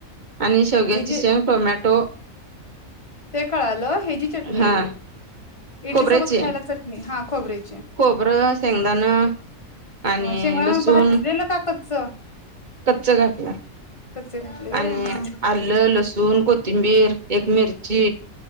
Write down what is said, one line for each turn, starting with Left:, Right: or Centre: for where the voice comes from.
Right: आणि शेवग्याची
Left: हेजी
Right: शेंग टोमॅटो
Left: ते कळालं हेजी चटणी
Right: हा
Left: हे इडली
Right: खोबऱ्याची
Left: सोबत खायला चटणी हा खोबऱ्याची
Right: खोबरं शेंगदाण आणि
Left: हा शेंगदाणा
Right: लसूण.
Left: भाजलेलं का कच्च
Right: कच्च घातला
Left: कच्चे घातले होय
Right: आणि
Left: हा
Right: आलं लसूण कोथिंबीर एक मिर्ची